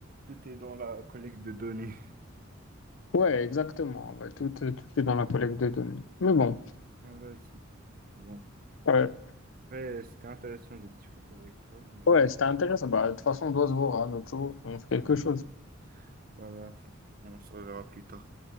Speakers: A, on the right; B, on the left.
A: tout est dans la collecte de données.
B: Ouais, exactement. Ouais, tout, tout est dans la collecte de données. Mais bon.
A: Ouais, vas Bon.
B: ouais.
A: Ouais, c'était intéressant de discuter avec toi, mais
B: Ouais,
A: là,
B: c'était intéressant. Bah, de toute façon, on doit se voir hein, un jour. On fait quelque
A: ouais,
B: chose.
A: voilà, on se reverra plus tard.